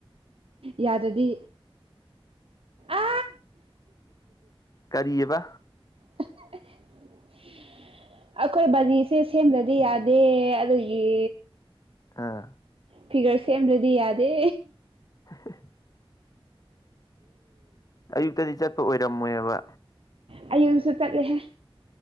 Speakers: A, on the right; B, on the left.
A: ꯌꯥꯗꯗꯤ ꯑ
B: ꯀꯔꯤꯔꯤꯕ
A: <inaudible> ꯑꯩꯈꯣꯏ ꯕꯔꯤꯁꯦ ꯁꯦꯝꯗ꯭ꯔꯗꯤ ꯌꯥꯗꯦ ꯑꯗꯨꯒꯤ
B: ꯑꯥ
A: ꯐꯤꯒꯔ ꯁꯦꯝꯗ꯭ꯔꯗꯤ ꯌꯥꯗꯦ
B: <inaudible> ꯑꯌꯨꯛꯇꯗꯤ ꯆꯠꯄ ꯑꯣꯏꯔꯝꯃꯣꯏꯕ
A: ꯑꯌꯨꯛꯁꯨ ꯆꯠꯂꯦꯍꯦ